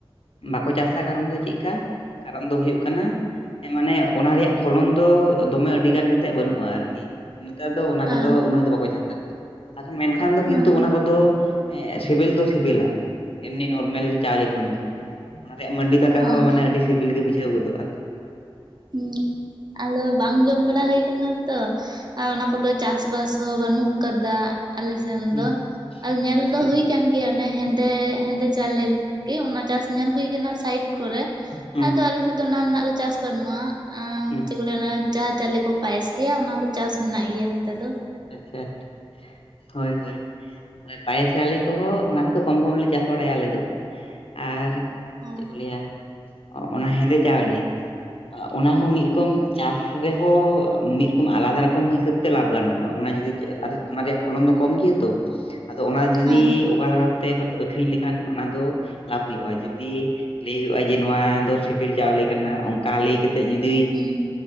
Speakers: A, on the left; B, on the right.
A: ᱵᱟᱠᱚ ᱪᱟᱥᱟ ᱠᱟᱨᱚᱱ ᱫᱚ ᱪᱮᱜᱠᱟ ᱠᱟᱨᱚᱱ ᱫᱚ ᱦᱩᱭᱩᱜ ᱠᱟᱱᱟ ᱢᱟᱱᱮ ᱚᱱᱟ ᱨᱮᱭᱟᱜ ᱯᱷᱚᱞᱚᱱ ᱫᱚ ᱫᱚᱢᱮ ᱟᱹᱰᱤᱜᱟᱱ ᱠᱟᱛᱮᱜ ᱵᱟᱹᱱᱩᱜ-ᱟ ᱟᱨᱠᱤ, ᱱᱮᱛᱟᱨ ᱫᱚ ᱚᱱᱟ
B: ᱦᱮᱸ
A: ᱠᱚᱫᱚ ᱩᱱᱟᱹᱜ ᱫᱚ ᱵᱟᱠᱚ ᱪᱟᱥᱟ, ᱟᱠᱷᱟᱱ ᱢᱮᱱᱠᱷᱟᱱ ᱫᱚ
B: ᱦᱮᱸ
A: ᱠᱤᱱᱛᱩ ᱚᱱᱟ ᱠᱚᱫᱚ ᱮ ᱥᱮᱵᱮᱞ ᱫᱚ ᱥᱮᱵᱮᱞᱟ, ᱮᱢᱱᱤ ᱱᱚᱨᱢᱮᱞ ᱪᱟᱣᱞᱮ ᱠᱷᱚᱱ ᱫᱚ ᱚᱱᱟ ᱨᱮᱭᱟᱜ ᱢᱟᱹᱰᱤ ᱫᱟᱠᱟ
B: ᱦᱮᱸ
A: ᱦᱚᱸ ᱢᱟᱱᱮ ᱟᱹᱰᱤ ᱥᱤᱵᱤᱞ ᱜᱮ ᱵᱩᱡᱷᱟᱹᱣ ᱜᱚᱫᱚᱜ-ᱟ᱾
B: ᱦᱩᱸ ᱟᱫᱚ ᱵᱟᱝ ᱡᱚᱢ ᱵᱟᱲᱟ ᱦᱩᱭ ᱠᱟᱱᱟ ᱛᱚ ᱟᱨ ᱚᱱᱟ ᱠᱚᱫᱚ ᱪᱟᱥ ᱵᱟᱥ ᱦᱚᱸ ᱵᱟᱹᱱᱩᱜ ᱠᱟᱫᱟ ᱟᱞᱮᱥᱱ
A: ᱦᱩᱸ
B: ᱫᱚ ᱟᱨ ᱧᱮᱞ
A: ᱚ ᱟᱪᱪᱷᱟ
B: ᱫᱚ ᱦᱩᱭ ᱠᱟᱱ ᱜᱮᱭᱟ ᱚᱱᱮ ᱦᱮᱱ ᱛᱮ ᱦᱮᱸᱫᱮ ᱪᱟᱣᱞᱮᱞ ᱠᱤ ᱚᱱᱟ ᱪᱟᱥ ᱧᱮᱞ ᱦᱩᱭ ᱠᱟᱱᱟ ᱥᱟᱭᱤᱴ ᱠᱚᱨᱮ
A: ᱦᱩᱸ
B: ᱟᱫᱚ
A: ᱦᱩᱸ
B: ᱟᱞᱮᱥᱮ ᱫᱚ ᱚᱱᱟ ᱨᱮᱱᱟᱜ ᱫᱚ ᱪᱟᱥ ᱵᱟᱱᱩᱜ ᱟ
A: ᱦᱩᱸ
B: ᱪᱮᱜ ᱠᱚ ᱞᱟᱹᱭᱟ ᱚᱱᱮ ᱡᱟᱦᱟ ᱪᱟᱣᱞᱮ ᱠᱚ ᱯᱟᱭᱮᱥ ᱜᱮᱭᱟ ᱚᱱᱟ ᱫᱚ ᱪᱟᱥ ᱢᱮᱱᱟᱜ ᱜᱮᱭᱟ ᱱᱚᱛᱮ ᱫᱚ᱾
A: ᱟᱪᱪᱷᱟ ᱟᱪ ᱦᱳᱭ ᱦᱳᱭ ᱯᱟᱭᱮᱥ ᱪᱟᱣᱞᱮ ᱠᱚᱦᱚ ᱚᱱᱟ ᱠᱚᱫᱚ ᱠᱚᱢ ᱠᱚᱢᱞᱮ ᱪᱟᱥ ᱵᱟᱲᱟᱭᱟ ᱟᱞᱮ ᱫᱚ ᱟᱨᱼᱼ
B: ᱦᱩᱸ
A: ᱪᱮᱜ ᱠᱚ ᱞᱟᱹᱭᱟ ᱚᱱᱟ ᱦᱮᱸᱫᱮ ᱪᱟᱣᱞᱮ ᱚᱱᱟ ᱦᱚᱸ ᱢᱤᱜ ᱨᱚᱠᱚᱢᱼᱼ ᱪᱟᱥ ᱨᱮᱦᱚᱸ ᱢᱤᱜ ᱨᱚᱠᱚᱢ ᱟᱞᱟᱫᱟ ᱨᱚᱠᱚᱢ ᱦᱤᱥᱟᱹᱵᱽ ᱛᱮ ᱞᱟᱵᱷ ᱜᱟᱱᱚᱜᱼᱟ ᱚᱱᱟ ᱡᱩᱫᱤ ᱟᱫᱚ ᱚᱱᱟ ᱨᱮᱭᱟᱜᱼᱼ ᱯᱷᱚᱞᱚᱱ ᱫᱚ ᱠᱚᱢ ᱜᱮᱭᱟ ᱛᱚ ᱟᱫᱚ ᱚᱱᱟ ᱡᱩᱫᱤᱼᱼ
B: ᱦᱮᱸ
A: ᱚᱠᱟᱞᱮᱠᱟ ᱵᱷᱟᱵᱛᱮ ᱟᱠᱷᱨᱤᱧ ᱞᱮᱠᱷᱟᱱ ᱚᱱᱟ ᱫᱚ ᱞᱟᱵᱷ ᱦᱩᱭᱩᱜᱼᱟ ᱡᱩᱫᱤᱼᱼ ᱞᱟᱹᱭ ᱦᱩᱭᱩᱜᱼᱟ ᱡᱮ ᱱᱚᱣᱟ ᱫᱚ ᱥᱮᱵᱤᱞ ᱪᱟᱣᱞᱮ ᱠᱟᱱᱟ ᱚᱱᱠᱟ ᱞᱟᱹᱭ ᱠᱟᱛᱮᱜ ᱡᱩᱫᱤᱼᱼ
B: ᱦᱩᱸ